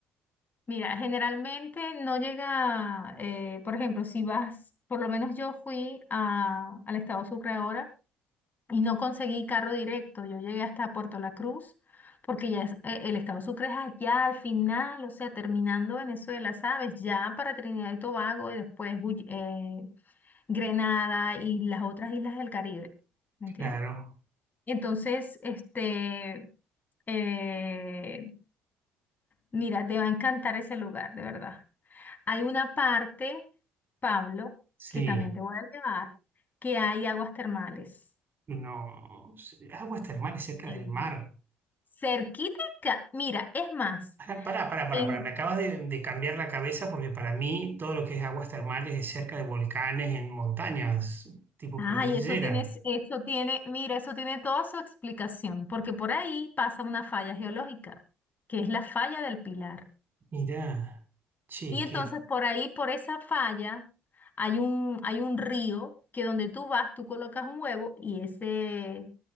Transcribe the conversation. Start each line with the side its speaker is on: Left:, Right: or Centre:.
Left: Mira, generalmente no llega, eh, por ejemplo, si vas, por lo menos yo fui a, al estado Sucre ahora y no conseguí carro directo, yo llegué hasta Puerto La Cruz, porque ya es- eh, el estado Sucre es allá al final, o sea, terminando Venezuela, ¿sabes? Ya para Trinidad y Tobago y después Guy- eh, Grenada y las otras islas del Caribe, ¿me
Right: claro.
Left: entiendes? Entonces, este, eh, mira, te va a encantar ese lugar, de verdad. Hay una parte, Pablo,
Right: Sí,
Left: que también te voy a llevar, que hay aguas termales.
Right: no. sí, Aguas termales cerca
Left: Y
Right: del mar.
Left: Cerquítica, mira, es más,
Right: Pará, pará, pará, pará.
Left: en-
Right: pará, Me acabas de, de cambiar la cabeza porque para mí todo lo que es aguas termales es cerca de volcanes, en montañas, tipo
Left: ay,
Right: cordillera.
Left: eso tiene, eso tiene, mira, eso tiene toda su explicación, porque por ahí pasa una falla geológica, que es la falla del Pilar.
Right: Mirá, che,
Left: Y entonces
Right: qué
Left: por ahí, por esa falla, hay un, hay un río que donde tú vas, tú colocas un huevo y ese,